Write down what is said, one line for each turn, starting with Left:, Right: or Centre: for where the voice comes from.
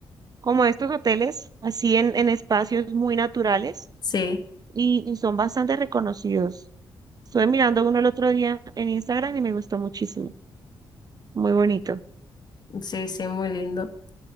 Right: como estos hoteles, así en, en espacios muy naturales
Left: Sí,
Right: y, y son bastante reconocidos. Estuve mirando uno el otro día en Instagram y me gustó muchísimo, muy bonito.
Left: sí, sí, muy lindo.